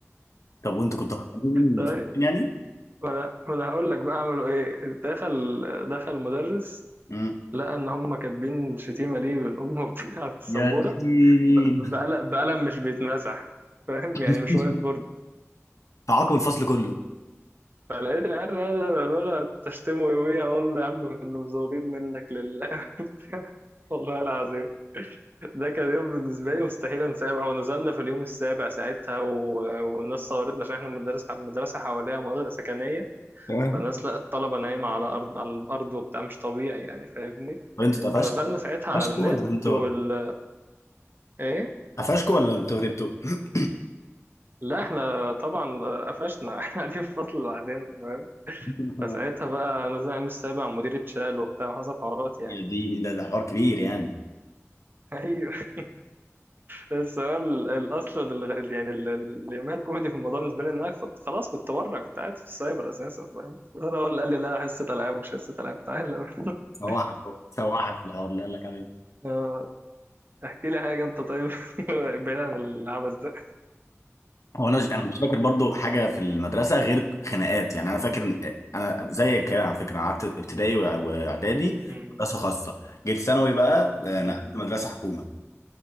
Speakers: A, on the left; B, on the right.
A: طب وانتوا كنتوا هربانين من
B: طيب
A: الفصل يعني؟
B: وأنا وأنا هقول لك بقى عملوا إيه دخل دخل المدرس
A: مم.
B: لقى إن هم كاتبين شتيمة ليه بالأم وبتاع على السبورة
A: يا ديني
B: ب- بقلم بقلم مش بيتمسح فاهم يعني
A: <laughs>
B: مش وايت بورد
A: تعاقب الفصل كله
B: فلقيت العيال دول تشتمه يوميها أقول له يا عم كنا مزوغين منك لله <laughs> والله العظيم ده كان يوم بالنسبة لي مستحيل انساه بقى ونزلنا في اليوم السابع ساعتها و... والناس صورتنا عشان احنا مدرس مدرسة حواليها مناطق سكنية
A: تمام
B: فالناس لقت الطلبة نايمة على أرض على الأرض وبتاع مش طبيعي يعني فاهمني
A: طب انتوا اتقفشتوا
B: فنزلنا ساعتها
A: قفشتوا
B: على النت
A: ولا انتوا
B: وال ايه
A: قفشتوا ولا انتوا هربتوا؟ <laughs>
B: لا احنا طبعا قفشنا <laughs> احنا قاعدين في فصل لوحدنا فاهم
A: <coughs>
B: فساعتها بقى نزلنا اليوم السابع مدير اتشال وبتاع وحصل حوارات يعني
A: يا ديني ده ده حوار كبير يعني
B: <laughs> بس هو ال- ال- اصلا ال- يعني ال- ال- اليوميها الكوميدي في الموضوع بالنسبه لي ان انا كنت خلاص كنت بره كنت قاعد في السايبر اساسا فاهم انا هو اللي قال لي لا حصه العاب مش حصه العاب تعالى <laughs>
A: سواحك سواحك الحوار اللي قال لك عليه
B: آه، احكي لي حاجه انت طيب <laughs> بعيد عن العبث ده
A: هو انا مش انا مش فاكر برضو حاجه في المدرسه غير خناقات يعني انا فاكر إن- انا زيك كده على فكره أنا قعدت ابتدائي وإع- واعدادي
B: مم.
A: مدرسه خاصه جيت ثانوي بقى آه،
B: مم.
A: نقلت مدرسه حكومه